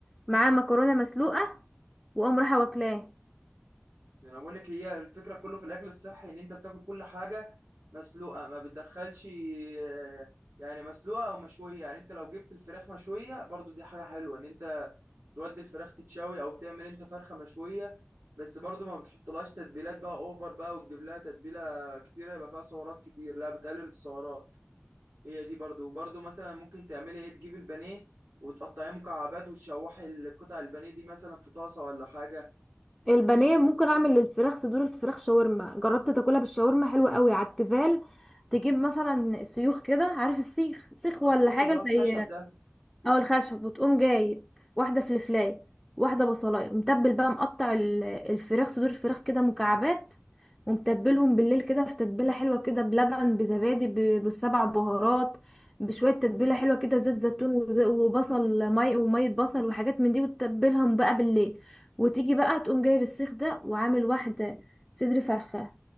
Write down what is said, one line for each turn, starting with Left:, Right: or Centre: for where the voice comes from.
Centre: معاه مكرونه مسلوقه واقوم رايحه واكلاه
Right: يعني انا بقول لك هي الفكره كله في الاكل الصحي ان انت بتاكل كل حاجه مسلوقه ما بتدخلش آه، يعني مسلوقه او مشويه يعني انت لو جبت الفراخ مشويه برضه دي حاجه حلوه ان انت تودي الفراخ تتشوي او تعمل انت فرخه مشويه بس برضو ما بتحطلهاش تتبيلات بقى اوفر بقى وتجيب لها تتبيله كتيره يبقى فيها سعرات كتير لا بتقلل السعرات هي دي برضو وبرضو مثلا ممكن تعملي ايه تجيبي البانيه وتقطعيه مكعبات وتشوحي القطع البانيه دي مثلا في طاسه ولا حاجه م،
Centre: البانيه
Right: كده
Centre: ممكن اعمل للفراخ صدور الفراخ شاورما جربت تاكلها بالشاورما حلوه قوي على التيفال تجيب مثلا سيوخ كده عارف السيخ سيخ
Right: اه
Centre: ولا
Right: السيخ
Centre: حاجه
Right: اللي هو الخشب
Centre: زي
Right: ده
Centre: اه الخشب وتقوم جايب واحده فلفلايه واحده بصلايه ومتبل بقى مقطع ال- الفراخ صدور الفراخ كده مكعبات ومتبلهم بالليل كده في تتبيله حلوه كده بلبن بزبادي ب- بالسبع بهارات بشويه تتبيله حلوه كده زيت زيتون وز- وبصل مي وميه بصل وحاجات من دي وتتبلهم بقى بالليل وتيجي بقى تقوم جايب السيخ ده وعامل واحده صدر فرخه